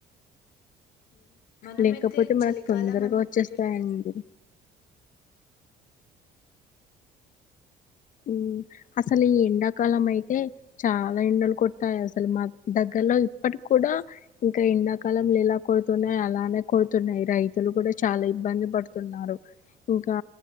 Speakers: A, on the left; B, on the left.
A: మనమైతే
B: లేకపోతే మనకు
A: చలికాలం
B: తొందరగా
A: అని
B: వచ్చేస్తాయండి
A: చలి
B: ఉమ్ అసలు ఈ ఎండాకాలం అయితే చాలా ఎండలు కొట్టాయి అసలు మా దగ్గర లో ఇప్పటికి కూడా ఇంకా ఎండాకాలంలో ఎలా కొడుతున్నాయే అలానే కొడుతున్నాయి రైతులు కూడా చాలా ఇబ్బంది పడుతున్నారు ఇంకా